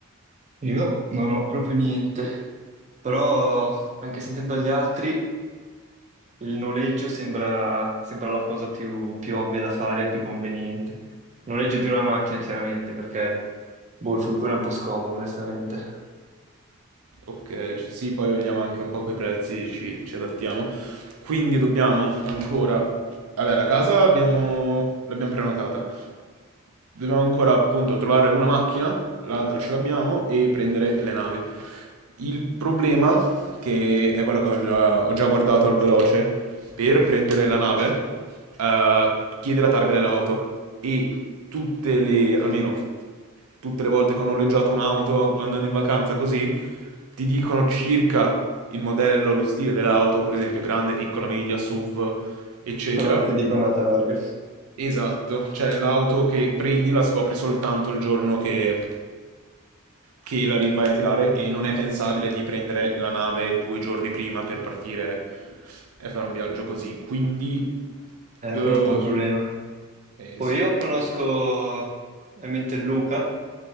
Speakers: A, on the right; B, on the right.
A: Io non ho proprio niente, però anche sentendo gli altri, il noleggio sembra, sembra la cosa più, più ovvia da fare, più conveniente. Il noleggio di una macchina, chiaramente, perché boh, il furgone è un po' scomodo, onestamente.
B: Ok, ci- sì, poi vediamo anche un po' quei prezzi, ci, ci adattiamo. Quindi dobbiamo ancora... Vabbè, la casa abbiamo... l'abbiamo prenotata. Dobbiamo ancora appunto trovare una macchina, l'altra ce l'abbiamo, e prendere le navi. Il problema, che è quello che ho già, ho già guardato al veloce, per prendere la nave, eh, chiede la targa dell'auto e tutte le, almeno tutte le volte che ho noleggiato un'auto andando in vacanza così, ti dicono circa il modello, lo stile dell'auto, per esempio grande, piccola, media, SUV, eccetera,
A: Però non ti dicono la targa.
B: Esatto, cioè l'auto che prendi la scopri soltanto il giorno che, che la ri- vai a ritirare e non è pensabile di prendere la nave due giorni prima per partire e fare un viaggio così. Quindi, d-
A: Eh, quello è un po' un problema.
B: eh,
A: Poi
B: sì.
A: io conosco ovviamente Luca,